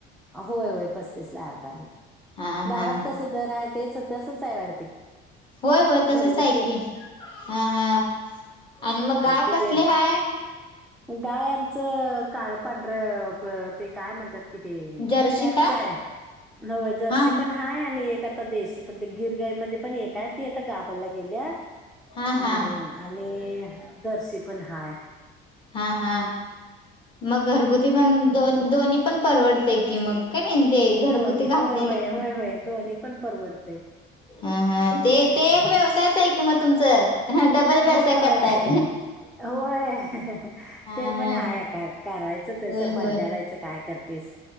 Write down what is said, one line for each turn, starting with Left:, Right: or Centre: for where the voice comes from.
Centre: होय होय पस्तीस ला अर्धा लिटर तर
Left: हा
Centre: गावात
Left: हा
Centre: कस दर आहे तेच तसच आहे वाटत की
Left: होय होय तसच
Centre: घरगुती
Left: ऐके हा हा आणि मग गाय
Centre: ते
Left: कसली
Centre: वेळ
Left: हाय
Centre: गाय आमचं काळ पांढरं ते काय म्हणतात कि ते
Left: जर्शी
Centre: पॅचच
Left: का
Centre: आहे नय जर्शी
Left: हा
Centre: पण हाय आणि आता देशी पण गिरगाई मध्ये पण एकय ती आता गाबरयला गेली अं
Left: हा हा
Centre: आणि जर्सी पण हाय
Left: हा हा मग घरगुती पण दोन्ही पण परवडते की मग काय नाही दे घरगुती
Centre: दोन्ही
Left: घातलेले
Centre: होय होय
Left: पण
Centre: होय होय दोन्ही पण परवडते
Left: हा हा ते ते एक व्यवसायच आहे कि म तुमचं डबल व्यवसाय
Centre: होय होय
Left: करताय
Centre: होय
Left: हा
Centre: ते पण हाय का करायचं तेस
Left: होय
Centre: बडद्याडायचं
Left: होय
Centre: काय करतेस